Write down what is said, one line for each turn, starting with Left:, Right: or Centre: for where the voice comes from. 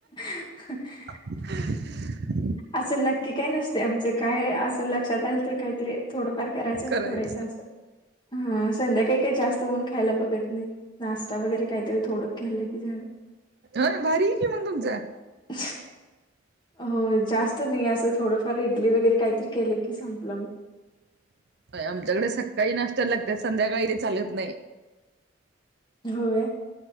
Left: <inaudible>
Right: <inaudible>
Left: असं नक्की काही नसते आमचं काय असं लक्षात आलं तर काहीतरी थोडंफार. करायच अन्
Right: करायचं.
Left: सोडायचं असं हा संध्याकाळी काय जास्त कोण खायला बघत नाहीत. नाश्ता वगैरे काहीतरी थोडं केलं की झालं
Right: अ भारी कि मग तुमचं
Left: <inaudible> हो जास्त नाही असं थोडंफार इडली वगैरे काही तरी केलं? की संपलं मग
Right: आमच्याकडे सकाळी नाश्ता लागतात संध्याकाळी ते चालत नाही.
Left: होय